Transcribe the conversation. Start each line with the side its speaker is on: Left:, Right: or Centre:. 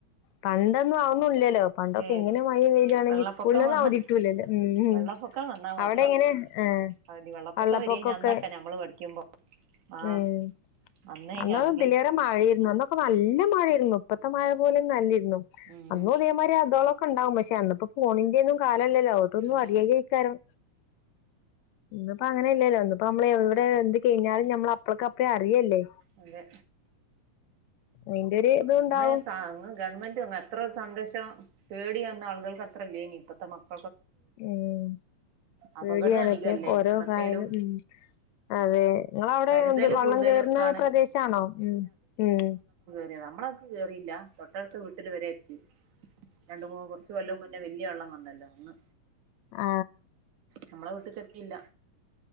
Left: പണ്ടൊന്നും അതൊന്നുല്ലല്ലോ പണ്ടൊക്കെ
Right: ഏ
Left: ഇങ്ങനെ മഴയും വെയിലയാണെങ്കിൽ
Right: വെള്ളപ്പൊക്കം
Left: സ്കൂളിലൊന്നും
Right: വന്ന
Left: അവധികിട്ടൂല്ലല്ലോ ഉം ഉം
Right: വെള്ളപ്പൊക്കം വന്നാ മാത്രം
Left: അവിടെ എങ്ങനെ ആ
Right: അവധി
Left: വെള്ളപ്പൊക്കം
Right: വരേനി
Left: ഒക്കെ
Right: അന്നൊക്കെ നമ്മള് പഠിക്കുമ്പോ ആഹ്
Left: ഉം
Right: അന്നേനി
Left: അന്നും
Right: അവധി
Left: ഇതിലേറെ മഴയായിരുന്നു അന്നൊക്കെ നല്ല മഴയായിരുന്നു ഇപ്പത്തെ മഴ പോലൊന്നുമല്ല അന്നോ
Right: ഉം
Left: അന്നും ഇതേ മാതിരി അതോ ണ്ടാവും പക്ഷെപ്പോ ഫോണിന്റെ ല്ലോ ട്ടൊന്നും
Right: ഉം
Left: അറിയാ കഴിക്കാരം ഇന്നിപ്പോ അങ്ങനെ അല്ലല്ലോ ഇന്നിപ്പോ നമ്മ എവിടെ എന്ത് കഴിഞ്ഞാലും ഞമ്മൾ അപ്പ <unintelligible> അറിയല്ലേ
Right: അതെ
Left: അയിന്റെ ഒരു ഇതുണ്ടാവും
Right: അന്ന് അന്ന് ഗവൺമെന്റ് അ എത്ര സംരഷണം പേടി വന്ന ആൾ ആളുകൾക്ക് അത്ര ഇല്ലായിനി ഇപ്പഴത്ത മക്കൾക്ക്
Left: ഉം പേടിയാണ്
Right: അപകടവും അധികല്ലേ
Left: ഇ പി ഓരോ
Right: അന്നത്തേലും
Left: കായലും ഉം അതെ നിങ്ങളവിടെ
Right: കരുതല്
Left: എന്ത് വെള്ളം
Right: കൂടുതലും
Left: കയറുന്ന
Right: ഒക്കാണ്
Left: പ്രദേശാണോ ഉം ഉം
Right: നമ്മളക്കെ കേറിയില്ല തൊട്ടടുത്ത വീട്ടിൽ വരെ എത്തി രണ്ട് മൂ കൊറച്ച് കൊല്ലം മുന്നേ വല്യ വെള്ളം വന്ന ല്ല അന്ന്
Left: ആ
Right: നമ്മള വീട്ടി ചക്ക ഇല്ല